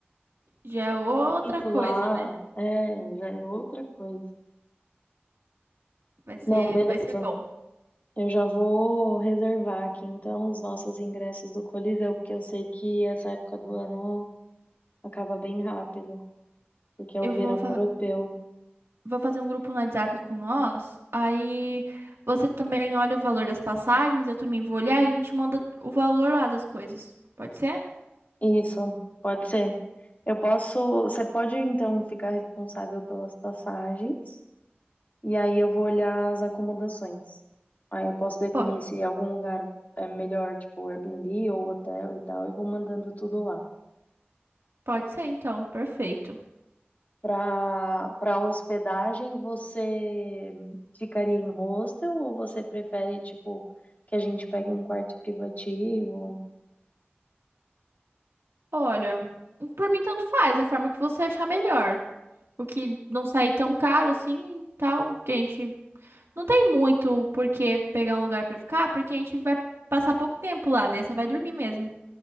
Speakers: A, on the right; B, on the left.
A: já é outra
B: Feito
A: coisa,
B: lá,
A: né?
B: é, já é outra coisa.
A: Vai ser,
B: Não, beleza.
A: vai ser bom.
B: Eu já vou reservar aqui então os nossos ingressos do Coliseu, porque eu sei que essa época do ano acaba bem rápido, porque é
A: Eu
B: o verão
A: vou, fa-
B: europeu.
A: vou fazer um grupo no WhatsApp com nós. Aí você também olha o valor das passagens, eu também vou olhar e a gente manda o valor lá das coisas. Pode ser?
B: Isso, pode ser. Eu posso, você pode então ficar responsável pelas passagens. E aí eu vou olhar as acomodações. Aí eu posso definir
A: Pode,
B: se algum lugar é melhor, tipo Airbnb ou hotel e tal, e vou mandando tudo lá.
A: pode ser, então. Perfeito.
B: Para para hospedagem, você ficaria em hostel ou você prefere, tipo, que a gente pegue um quarto privativo?
A: Olha, por mim tanto faz, a forma que você achar melhor. O que não sair tão caro assim, tal, porque a gente Não tem muito por que pegar um lugar pra ficar, porque a gente vai passar pouco tempo lá, né? Só vai dormir mesmo.